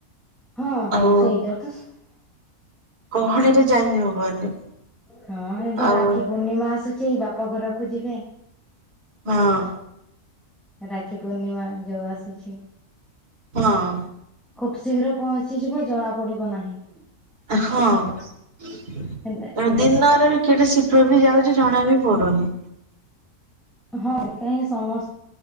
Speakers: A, in the centre; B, on the right.
A: ହଁ ହଁ
B: ଆଉ
A: ସେଇଟା ତ ସ
B: ଗହଳିରେ ଯାଇ ହବନି।
A: ହଁ ଏବେ
B: ଆଉ
A: ରାକ୍ଷୀ ପୂର୍ଣ୍ଣିମା ଆସୁଛି ବାପା ଘରକୁ ଯିବେ।
B: ହଁ।
A: ରାକ୍ଷୀ ପୂର୍ଣ୍ଣିମା ଯୋଉ ଆସୁଛି,
B: ହଁ
A: ଖୁବ ଶୀଘ୍ର ପହଞ୍ଚ ଞ୍ଚି ଯିବ, ଜଣା ପଡିବ ନାହିଁ। କିଛି।
B: ହଁ ଦିନ
A: ହେଲେ
B: ଗୁରା ବି କେଡେ ଶିଘ୍ର ବି ଯାଉଛି ଜଣା ବି ପଡୁନି।
A: ହଁ ଏକା ହିଁ ସମ